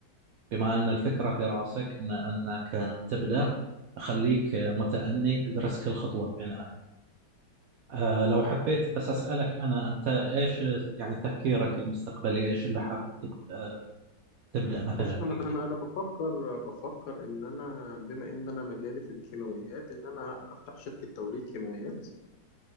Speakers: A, on the right (about 75°); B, on the left (about 65°).
A: بما أن الفكرة في رأسك أن أنك تبدأ خليك متأني ادرس كل خطوة بعناية آه، لو حبيت بس أسألك
B: مم.
A: أنا أنت إيش يعني تفكيرك المستقبلي إيش اللي حابب تبدأ آه، تبدأ مثلا
B: بص أنا
A: فيه
B: أنا أنا بفكر بفكر إن أنا بما إن أنا مجالي في الكيماويات إن أنا أفتح شركة توريد كيماويات